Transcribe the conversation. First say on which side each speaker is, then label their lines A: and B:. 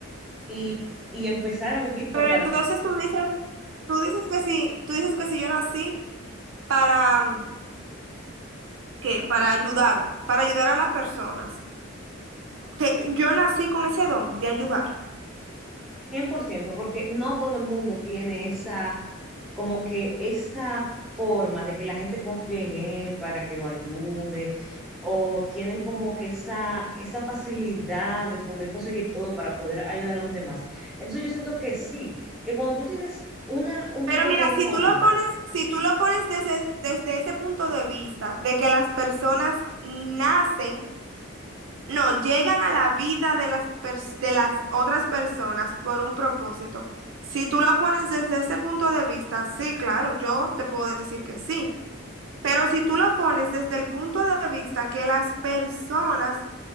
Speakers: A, in the centre; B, on the right.
A: y, y empezar a vivir
B: Pero
A: por tal
B: entonces
A: propósito.
B: tú dices, tú dices que sí, tú dices que si yo nací para, mm, que para ayudar, para ayudar a las personas. Que yo nací con ese don de ayudar.
A: cien por ciento porque no todo el mundo tiene esa, como que esa forma de que la gente confíe en él para que lo ayude, o tienen como que esa, esa facilidad de poder conseguir todo para poder ayudar a los demás. Entonces yo siento que sí, que cuando tú tienes una, un propósito
B: Pero mira,
A: en esta
B: si tú
A: vida,
B: lo pones, si tú lo pones desde, desde ese punto de vista, de que las personas nacen, no, llegan a la vida de las, pers- de las otras personas por un propósito. Si tú lo pones desde ese punto de vista, sí, claro, yo te puedo decir que sí. Pero si tú lo pones desde el punto de vista que las personas